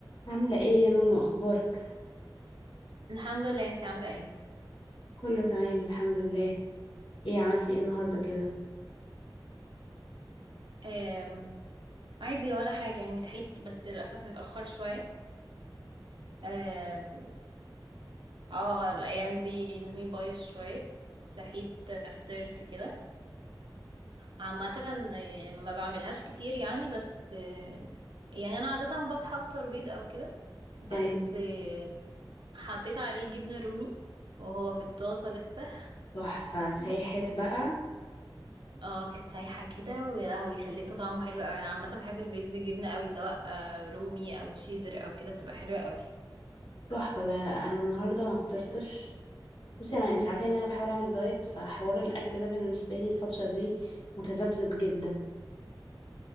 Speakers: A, on the left; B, on the right.
A: عاملة ايه يا نونو اخبارك
B: الحمد لله انتي عاملة ايه
A: كله تمام الحمد لله ايه عملتي ايه النهاردة كده
B: أم عادي ولا حاجة يعني صحيت بس للأسف متأخر شوية أم اه الأيام دي نومي بايظ شوية صحيت آه، فطرت كده عامة آه، ما بعملهاش كتير يعني بس آه، يعني أنا عادة بصحى أفطر بيض أو كده بس
A: ايوه
B: آه، حطيت عليه جبنة رومي وهو في الطاسة لسه
A: تحفة ساحت بقى
B: اه كانت سايحة كده ويا لهوي خليته طعمه حلو أوي أنا عامة بحب البيض بجبنة أوي سواء آه، رومي أو شيدر أو كده بتبقى حلوة أوي
A: تحفة ده انا النهاردة ما فطرتش بصي انا انتي عارفة ان انا بحاول اعمل دايت فحوار الاكل ده بالنسبة لي الفترة دي متذبذب جدا